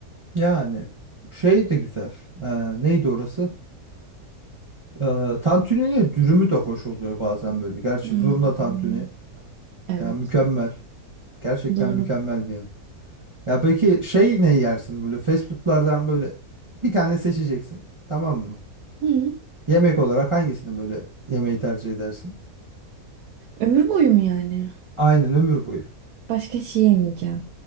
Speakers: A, on the right (about 30°); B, on the right (about 80°).
A: Yani şey de güzel. E, neydi orası? E, tantuninin dürümü de hoş oluyor bazen böyle. Gerçi
B: Hmm,
A: zurna tantuni
B: Evet
A: yani mükemmel. Gerçekten
B: doğru.
A: mükemmel bir yemek. Ya peki şey ne yersin böyle fast foodlardan böyle bir tane seçeceksin. Tamam mı?
B: Hı.
A: Yemek olarak hangisini böyle yemeği tercih edersin?
B: Ömür boyu mu yani?
A: Aynen ömür boyu. <laughs>
B: Başka şey yemeyeceğim.